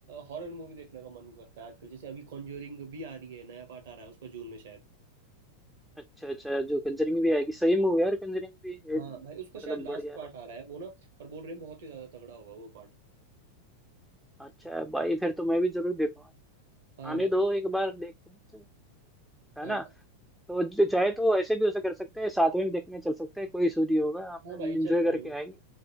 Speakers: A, on the right; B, in the centre.
A: हॉरर मूवी देखने का मन करता है आजकल जैसे अभी कॉन्जरिंग भी आ रही है नया पार्ट आ रहा है उसका जून में शायद
B: अच्छा अच्छा जो कंजरिंग भी आएगी सही मूवी यार कंजरिंग भी ए,
A: हाँ भाई उसका
B: मतलब
A: शायद लास्ट
B: बढ़िया
A: पार्ट
B: रहता
A: आ रहा
B: है
A: है वो ना और बोल रहे हैं बहुत ही ज्यादा तगड़ा होगा वो पार्ट
B: अच्छा भाई फिर तो मैं भी जरूर देखूंगा
A: हाँ
B: आने
A: भाई
B: दो एक बार देखूं से है
A: हाँ
B: ना तो जो चाहे तो ऐसे भी उसे कर सकते हैं साथ में भी देखने चल सकते हैं कोई इशू नहीं होगा आपने
A: हाँ भाई
B: एंजॉय
A: चल पड़ेगी
B: करके आएंगे